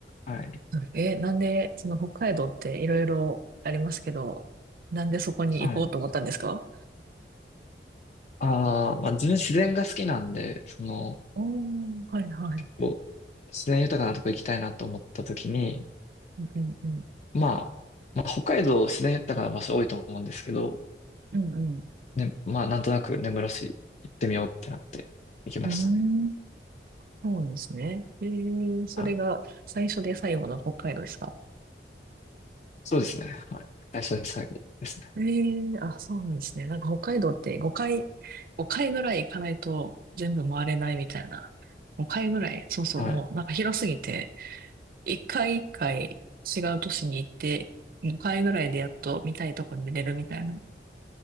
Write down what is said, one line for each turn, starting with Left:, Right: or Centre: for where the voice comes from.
Left: はい。
Right: え、なんで、その北海道っていろいろありますけど、なんでそこに行こうと思ったんですか
Left: はい。ああ、まあ、自分自然が好きなんで、その、
Right: おー、はいはい。
Left: こう、自然豊かなとこ行きたいなと思った時に、
Right: うんうん。
Left: まあ、まあ、北海道自然豊かな場所多いと思うんですけど、
Right: うんうん。
Left: ね、まあ、なんとなく根室市行ってみようってなって行きましたね。
Right: うーん、そうですね。ええそれが最初で最後の北海道ですか
Left: はい。そうですね。はい。最初で最後ですね。
Right: ええあ、そうなんですね。なんか北海道って5回、5回ぐらい行かないと全部回れないみたいな。5回ぐらい、そうそう、
Left: はい。
Right: もうなんか広すぎて、1回1回違う都市に行って、5回ぐらいでやっと見たいとこに見れるみたいな、